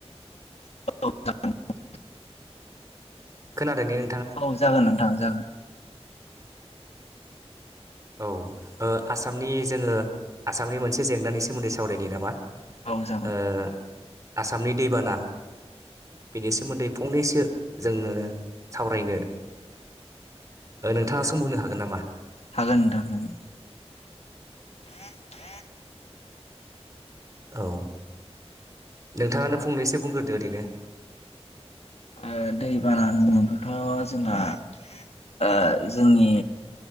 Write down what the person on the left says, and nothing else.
<unintelligible>
औ जागोन नोंथां जागोन।
औ जागोन
हागोन नोंथां <unintelligible>
ओ दै बाना होनोब्लाथ' जोंहा ओ जोंनि